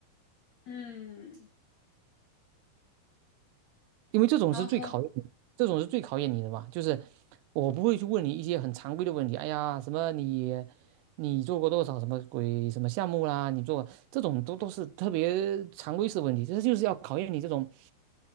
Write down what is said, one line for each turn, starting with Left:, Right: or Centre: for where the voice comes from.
Left: 嗯，
Right: 因为这种是最考验你这种是最考验你的吧？
Left: 然后通过
Right: 就是我不会去问你一些很常规的问题，哎呀，什么你你做过多少什么鬼什么项目啦，你做这种都都是特别常规式的问题，这就是要考验你这种